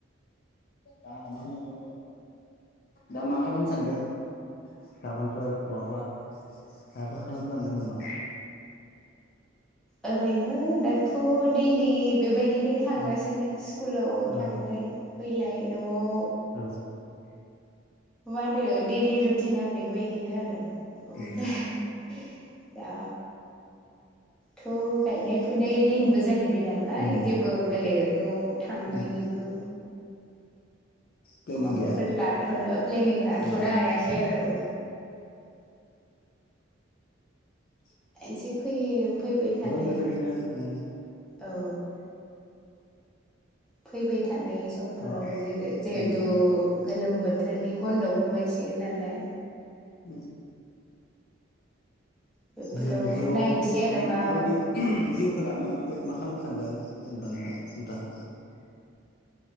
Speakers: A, on the left; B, in the centre.
A: दा मा होनना बुङो दा मा खालामनो सानदों गाबोनफोर बहाबा माबाफोर खालामनो सानदों नामा?
B: ओरैनो दाथ' दैलि बे बायदिनो थांगासिनो
A: ओ
B: स्कुलाव
A: ओ
B: थांलाय फैलाय न'आव
A: औ
B: मा होनो दैलि रुटिना बेबायदिनो आरो ओमफ्राय
A: उम
B: दा थ' गायनाय फुनाय दिनबो जाह हैबाय नालाय
A: उम
B: जेबो बेलेग अ थांनायनिबो
A: उम प्लेनिं
B: माबाफोर
A: गैया
B: लाथ'नो प्लेनिं लाथ'नो
A: अ
B: हायाखै आरो औ
A: औ
B: एसे फैयो फैबाय थानाय
A: बेबायदिनो उम
B: औ फैबाय था नाय समफोराव
A: अ
B: जै जिहेथु
A: उम
B: गोलोम बोथोरनि बन्द' मानसिगोनलाय
A: उम
B: बेफोराव
A: जों जिउआव
B: नायनोसै
A: ओरैनो
B: आरो मा
A: माबायदि जिउखौ लाना माबायदि मा खालाम सानदों जेनेबा नोङा नोंथाङा